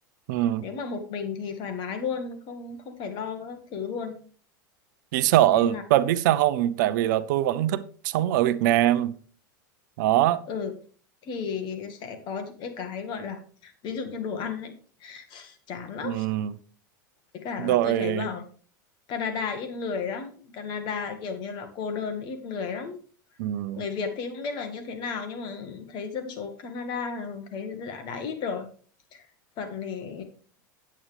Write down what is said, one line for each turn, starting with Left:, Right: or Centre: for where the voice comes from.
Right: ừ
Left: nếu mà một mình thì thoải mái luôn không không phải lo các thứ luôn
Right: chỉ sợ
Left: nên là
Right: và biết sao không tại vì là tôi vẫn thích sống ở Việt Nam đó
Left: ừ thì sẽ có những cái cái gọi là ví dụ như đồ ăn ấy chán lắm
Right: Ừm,
Left: với cả
Right: rồi
Left: là tôi thấy bảo Canada ít người lắm Canada kiểu như là cô đơn ít người lắm
Right: ừm,
Left: người Việt thì không biết là như thế nào nhưng mà thấy dân số Canada thấy đã đã ít rồi phần thì